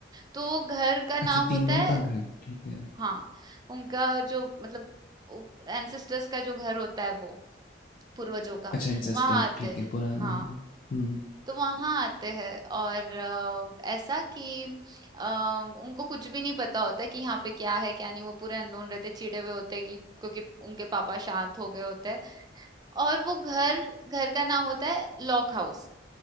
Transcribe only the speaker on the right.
तो वो घर का नाम
होता
है
हाँ, उनका जो मतलब उ एंसेस्टर्स का जो घर होता है वो, पूर्वजों का,
वहाँ आते
हैं।
हाँ,
तो वहाँ आते हैं और अ, ऐसा कि अ, उनको कुछ भी नहीं पता होता कि यहाँ पे क्या है, क्या नहीं, वो पूरे अननोन रहते, चिढ़े हुए होते हैं कि क्योंकि उनके पापा शांत हो गए होते हैं और वो घर घर का नाम होता है lock house,